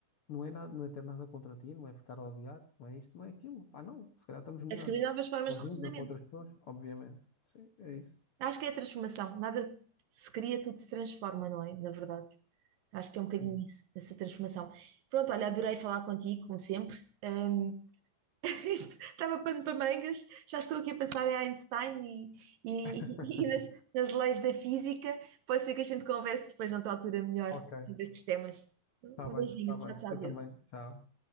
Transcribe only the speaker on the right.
É descobrir novas formas
de relacionamento.
Acho que é a transformação. Nada se cria, tudo se transforma, não é? Na verdade. Acho que é um
bocadinho isso, essa transformação. Pronto, olha, adorei falar contigo, como sempre. Ahm, <laughs> isto estava pano para mangas, já estou aqui a pensar em Einstein e, e-
<laughs> e nas, nas leis da física. Pode ser que a gente converse depois, noutra altura, melhor
sobre estes temas. Um
beijinho,
tchau,
tchau,
Diogo.